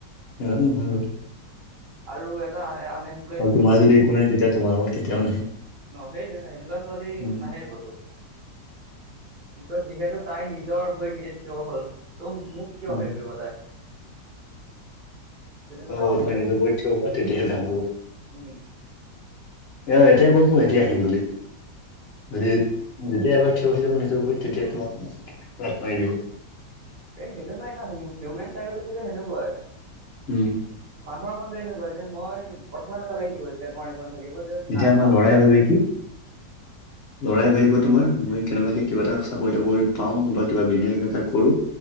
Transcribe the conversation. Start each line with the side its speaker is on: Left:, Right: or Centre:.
Left: ইমানো নহয় বাৰু।
Right: আৰু এটা এ আনেম
Left: আৰু তোমাৰ যদি একো নাই তেতিয়া তোমাৰ লগত কেতিয়াও নাহে।
Right: অ', সেইটোয়ে না হেনেকুৱা ছোৱালী
Left: উম
Right: নাহে কতো। বিকজ যিহেতু তাই নিজৰ ভৰিত নিজে থিয় হল, ত' মোক কিয়
Left: উম
Right: <unintelligible> কৰিব তাই? তেনেকুৱা
Left: <unintelligible>
Right: এটা কথা থাকে উম।
Left: এয়া এতিয়া ক'ব এতিয়া আহিম বুলি। যদি যেতিয়া এবাৰ থিয় হৈ যাব নিজৰ ভৰিত তেতিয়া তোমাক লাত মাৰি দিব।
Right: এ সেনেকুৱাই ন? হিউমেন চাইকলজি টো সেনেকুৱাই।
Left: উম
Right: মানুহৰ মনটো এনেকুৱা যে মই পথমে এনেকুৱা লাগি থাকিব এতিয়া তোমাৰ <unintelligible> থাকিব যে
Left: এতিয়া
Right: নাই
Left: আমাৰ
Right: মই আছোঁ
Left: ল'ৰাই
Right: ইয়াৰ
Left: ভাবে
Right: লগত।
Left: কি লৰাই ভাবিব তোমাৰ মই কেনেবাকে কিবা এটা চাকৰি-তাকৰি পাওঁ বা কিবা বিজনেছ এটা কৰোঁ।